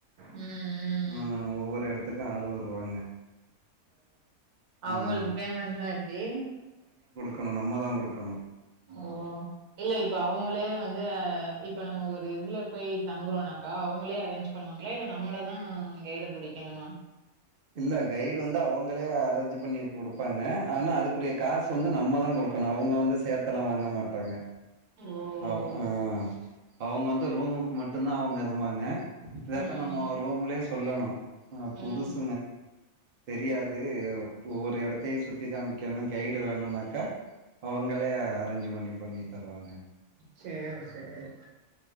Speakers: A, on the right; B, on the right.
A: ம்
B: உம் ஒவ்வொரு எடத்துக்கு ஆள் வருவாங்க
A: அவுங்களுக்கு
B: ம்.
A: பேமெண்ட்லா எப்டி
B: கணு நம்ம தா குடுக்கணு
A: ஓ இல்ல இப்ப அவுங்களே வந் இப்ப நம்ம ஒரு இதுல போய் தங்குறோனாக்கா அவுங்களே அரேஞ்ச் பண்ணுவாங்ளா இல்ல நம்மளதா கைடு புடிக்கணுமா
B: இல்ல கைடு வந்து அவங்களே அரேஞ்ச் பண்ணி குடுப்பாங்க ஆனா அதுக்குரிய காசு வந்து நம்ம தான் குடு குடுக்கணும் அவங்க வந்து சேத்தெலா வாங்க மாட்டாங்க
A: ஓ
B: ஆம் ஹ அவங்க வந்து ரூமுக்கு மட்டும்தா அவங்க எதுபாங்க டேரக்ட்டா
A: ம்
B: நம்ம ரூம்லே உல்லணு ஹ புதுஸ்
A: ம்
B: தெரியாது ஒவ்வொரு இடத்தையும் சுத்தி காமிக்கணும் கைடு வேணும்னாக்கா அவங்களே அரேஞ்ச்பண்ணி பண்ணி தருவாங்க
A: செரி செரி